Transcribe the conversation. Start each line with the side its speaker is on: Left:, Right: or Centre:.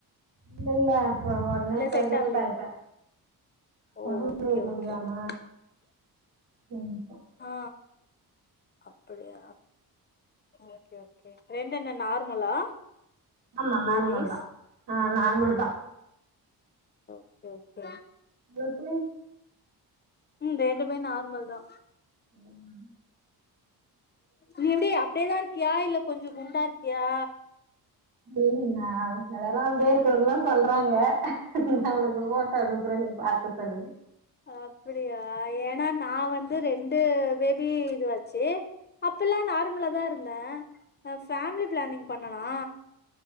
Right: இல்ல இல்ல அப்ப ஒட்னே
Left: இல்ல
Right: பிரகனட்
Left: செட் ஆவலையா
Right: ஆய்ட்டே
Left: ஓ
Right: ஒடம்புக்கு
Left: ஓகே
Right: முடியாம
Left: ஓகே ஓகே
Right: நின்டே
Left: ஆ அப்புடியா ஓகே ஓ கே ரெண்டு என்ன நார்மலா
Right: ஆமா
Left: பேபிஸ்
Right: நார்மல் தா ஆ நார்மல் தா
Left: ஓகே ஓகே
Right: எத்துலிங்
Left: ம் ரெண்டுமே நார்மல் தா
Right: ம் ம்
Left: நீ எப்டி அப்டியேதா இருக்கியா இல்ல கொஞ்சோ குண்டா இருக்கியா
Right: உம் <unintelligible> நா எல்லாரு அப்டியே இருக்கறேன்னு தா சொல்றாங்க நா உனக்கு போட்டோ அனுப்புறே நீ பாத்து சொல்லு
Left: அப்பிடியா ஏன்னா நா வந்து ரெண்டு பேபி இதுவாச்சு அப்பல்லா நார்மலா தா இருந்தே நா ஃபேமிலி பிளானிங் பண்ணனா